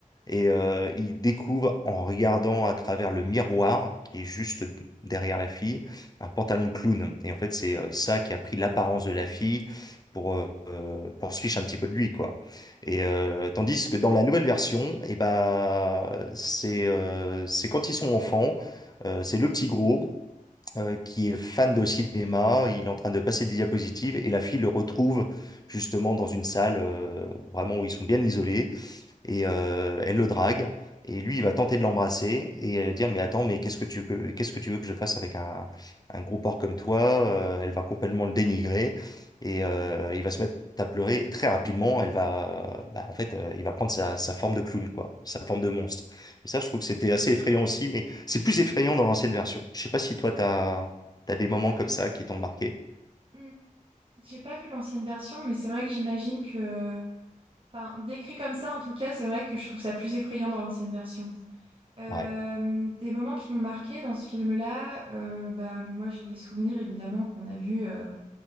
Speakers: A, on the left; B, on the right.
A: Et euh, il découvre en regardant à travers le miroir qui est juste derrière la fille un pantalon de clown. Et en fait, c'est euh, ça qui a pris l'apparence de la fille pour euh, euh, pour se fiche un petit peu de lui quoi. Et euh, tandis que dans la nouvelle version, et ben c'est euh, c'est quand ils sont enfants, euh, c'est le petit gros euh, qui est fan de cinéma, il est en train de passer des diapositives et la fille le retrouve justement dans une salle euh, vraiment où ils sont bien isolés et euh, elle le drague et lui il va tenter de l'embrasser et elle va dire mais attends mais qu'est-ce que tu que- qu'est-ce que tu veux que je fasse avec un un gros porc comme toi Euh, elle va complètement le dénigrer et euh, il va se mettre à pleurer et très rapidement elle va bah, en fait euh, il va prendre sa, sa forme de clown quoi sa forme de monstre et ça je trouve que c'était assez effrayant aussi mais c'est plus effrayant dans l'ancienne version je sais pas si toi t'as t'as des
B: J'ai
A: moments
B: pas
A: comme
B: vu.
A: ça qui t'ont marqué
B: Hmm. J'ai pas vu l'ancienne version, mais c'est vrai que j'imagine que, enfin, décrit comme ça, en tout cas, c'est vrai que je trouve ça plus effrayant dans l'ancienne version. Euh,
A: ouais
B: des moments qui m'ont marqué dans ce film-là, euh, bah moi j'ai les souvenirs évidemment qu'on a vu euh,